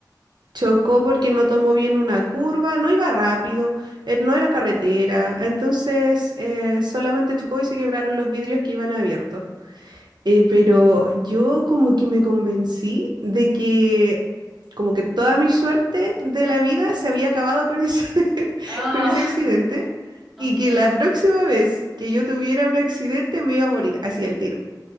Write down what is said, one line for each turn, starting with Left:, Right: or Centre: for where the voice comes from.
Right: chocó porque no tomó bien una curva, no iba rápido, eh, no era carretera, entonces eh, solamente chocó y se quebraron los vidrios que iban abiertos. Eh, pero yo como que me convencí de que como que toda mi suerte de la vida se había acabado con ese, <laughs>
Centre: Ah,
Right: con ese accidente
Centre: <laughs> ok.
Right: y que la próxima vez que yo tuviera un accidente me iba a morir así al tiro.